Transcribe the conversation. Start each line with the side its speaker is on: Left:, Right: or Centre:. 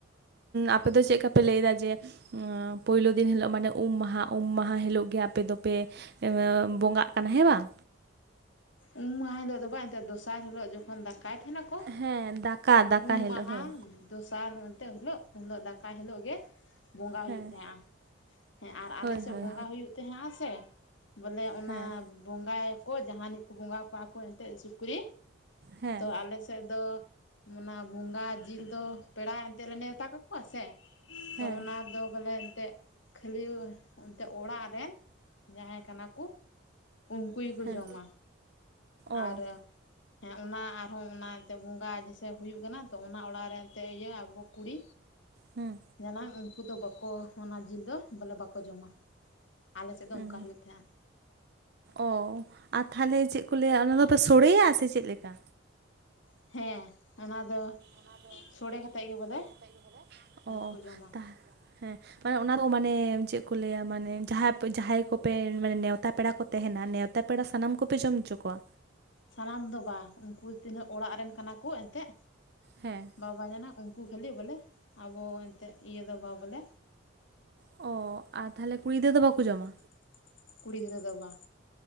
Right: ᱟᱯᱮ ᱫᱚ ᱪᱮᱫ ᱞᱮᱠᱟᱯᱮ ᱞᱟᱹᱭᱫᱟ ᱡᱮ, ᱚᱸ ᱯᱩᱭᱞᱩ ᱫᱤᱱ ᱦᱤᱞᱳᱜ ᱢᱟᱱᱮ ᱩᱢ ᱢᱟᱦᱟᱸ, ᱩᱢ ᱢᱟᱦᱟᱸ ᱦᱤᱞᱳᱜ ᱜᱮ ᱟᱯᱮ ᱫᱚᱯᱮ ᱮᱻ ᱵᱚᱸᱜᱟᱜ ᱠᱟᱱᱟ ᱦᱮᱸ ᱵᱟᱝ᱾
Left: ᱩᱢ ᱢᱟᱦᱟ ᱦᱤᱞᱳᱜ ᱵᱟᱝ ᱮᱱᱛᱮᱫ ᱫᱚᱥᱟᱨ ᱦᱤᱞᱚᱜ ᱡᱚᱠᱷᱚᱱ ᱫᱟᱠᱟᱭ ᱛᱟᱦᱮᱸ ᱱᱟᱠᱚ
Right: ᱦᱮᱸ ᱫᱟᱠᱟ ᱫᱟᱠᱟ
Left: ᱩᱢ
Right: ᱦᱤᱞᱳᱜ
Left: ᱢᱟᱦᱟᱸ
Right: ᱦᱳᱭ
Left: ᱫᱚᱥᱟᱨ ᱚᱱᱛᱮᱫ ᱦᱤᱞᱚᱜ ᱩᱱᱤᱞᱳᱜ ᱫᱟᱠᱟ ᱦᱤᱞᱚᱜ ᱜᱮ ᱵᱚᱸᱜᱟ
Right: ᱦᱮᱸ
Left: ᱦᱩᱭᱩᱜ ᱛᱟᱦᱮᱸᱜᱼᱟ᱾ ᱦᱮᱸ ᱟᱨ
Right: ᱦᱳᱭ
Left: ᱟᱞᱮ ᱥᱮᱫ
Right: ᱦᱳᱭ
Left: ᱵᱚᱸᱜᱟ ᱦᱩᱭᱩᱜ ᱛᱟᱦᱮᱸᱜᱼᱟ ᱥᱮ, ᱵᱚᱞᱮ ᱚᱱᱟ
Right: ᱦᱮᱸ
Left: ᱵᱚᱸᱜᱟ ᱭᱟᱠᱚ ᱡᱟᱦᱟᱱᱤᱜ ᱵᱚᱸᱜᱟ ᱠᱚᱣᱟ ᱠᱚ ᱮᱱᱛᱮ ᱥᱩᱠᱨᱤ᱾
Right: ᱦᱮᱸ
Left: ᱛᱚ ᱟᱞᱮ ᱥᱮᱫ ᱫᱚ ᱚᱱᱟ ᱵᱚᱸᱜᱟ ᱡᱤᱞ ᱫᱚ ᱯᱮᱲᱟ ᱮᱱᱛᱮᱫ ᱞᱮ ᱱᱮᱣᱛᱟ ᱠᱟᱠ ᱠᱚᱼᱟ ᱥᱮ
Right: ᱦᱮᱸ
Left: ᱛᱚ ᱚᱱᱟ ᱫᱚ ᱵᱚᱞᱮ ᱮᱱᱛᱮ ᱠᱷᱟᱹᱞᱤ ᱚᱱᱛᱮ ᱚᱲᱟᱜ ᱨᱮᱱ ᱡᱟᱦᱟᱸᱭ ᱠᱟᱱᱟ ᱠᱚ ᱩᱱᱠᱩ ᱜᱮᱠᱚ
Right: ᱦᱮᱸ
Left: ᱡᱚᱢᱟ᱾
Right: ᱚ
Left: ᱟᱨ ᱦᱮᱸ ᱚᱱᱟ ᱟᱯ ᱦᱚᱸ ᱚᱱᱟᱛᱮᱫ ᱵᱚᱸᱜᱟ ᱡᱮᱥᱮ ᱦᱩᱭᱩᱜ ᱠᱟᱱᱟ ᱛᱚ ᱚᱱᱟ ᱚᱲᱟᱜ ᱨᱮ ᱮᱱᱛᱮᱫ ᱤᱭᱟᱹ ᱟᱵᱚ ᱠᱩᱲᱤ
Right: ᱦᱩᱸ
Left: ᱡᱟᱱᱟᱝ ᱩᱱᱠᱩ ᱫᱚ ᱵᱟᱠᱚ ᱚᱱᱟ ᱡᱤᱞ ᱫᱚ ᱵᱚᱞᱮ ᱵᱟᱠᱚ ᱡᱚᱢᱟ᱾ ᱟᱞᱮ ᱥᱮᱫ ᱫᱚ
Right: ᱦᱩᱸ
Left: ᱚᱱᱠᱟ ᱦᱩᱭᱩᱜ ᱛᱟᱦᱮᱸᱜᱼᱟ᱾
Right: ᱚ ᱟᱨ ᱛᱟᱦᱚᱞᱮ ᱪᱮᱫ ᱠᱚ ᱞᱟᱹᱭᱟ᱾ ᱚᱱᱟ ᱫᱚᱯᱮ ᱥᱚᱲᱮᱭᱟ ᱥᱮ ᱪᱮᱫ ᱞᱮᱠᱟ?
Left: ᱦᱮᱸ ᱚᱱᱟ ᱫᱚ
Right: ᱚᱱᱟ ᱫᱚ
Left: ᱥᱚᱲᱮ ᱠᱟᱛᱮᱫ ᱜᱮ ᱵᱚᱞᱮ
Right: ᱥᱚᱲᱮ ᱠᱟᱛᱮᱜ ᱜᱮ ᱵᱚᱞᱮ ᱚ
Left: ᱠᱚ ᱡᱚᱢᱟ
Right: ᱛᱟ ᱦᱮᱸ ᱢᱟᱱᱮ ᱚᱱᱟ ᱫᱚ ᱢᱟᱱᱮ ᱪᱮᱫ ᱠᱚ ᱞᱟᱹᱭᱟ ᱢᱟᱱᱮ ᱡᱟᱦᱟᱸ ᱡᱟᱦᱟᱸᱭ ᱠᱚᱯᱮ ᱢᱟᱱᱮ ᱱᱮᱶᱛᱟ ᱯᱮᱲᱟ ᱠᱚ ᱛᱟᱦᱮᱸᱱᱟ ᱱᱮᱣᱛᱟ ᱯᱮᱲᱟ ᱥᱟᱱᱟᱢ ᱠᱚ ᱯᱮ ᱡᱚᱢ ᱦᱚᱪᱚ ᱠᱚᱣᱟ
Left: ᱥᱟᱱᱟᱢ ᱫᱚ ᱵᱟᱝ ᱩᱱᱠᱩ ᱛᱤᱱᱟᱹᱜ ᱚᱲᱟᱜ ᱨᱮᱱ ᱠᱟᱱᱟ ᱠᱚ ᱮᱱ ᱛᱮᱜ
Right: ᱦᱮᱸ
Left: ᱵᱟᱵᱟ ᱢᱟᱱᱮ ᱩᱱᱠᱩ ᱠᱷᱟᱹᱞᱤ ᱵᱚᱞᱮ ᱟᱵᱚ ᱮᱱ ᱛᱮᱫ ᱤᱭᱟᱹ ᱫᱚ ᱵᱟᱵᱟ ᱵᱚᱞᱮ
Right: ᱚ ᱟᱨ ᱛᱟᱦᱞᱮ ᱠᱩᱲᱤ ᱜᱤᱫᱽᱨᱟᱹ ᱫᱚ ᱵᱟᱠᱚ
Left: ᱠᱩᱲᱤ
Right: ᱡᱚᱢᱟ
Left: ᱠᱩᱲᱤ ᱜᱤᱫᱨᱟᱹ ᱫᱚ ᱵᱟᱝ